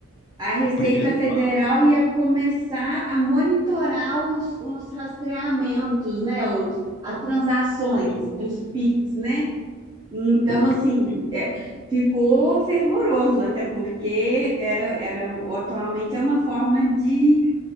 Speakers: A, on the right; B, on the left.
A: A Receita
B: o primeiro
A: Federal
B: passo.
A: ia começar a monitorar os, os rastreamentos, né? Os, as transações
B: Pois
A: dos
B: é.
A: PIX, né? Então,
B: O
A: assim,
B: povo que
A: é, ficou fervoroso, até porque era, era atualmente é uma forma de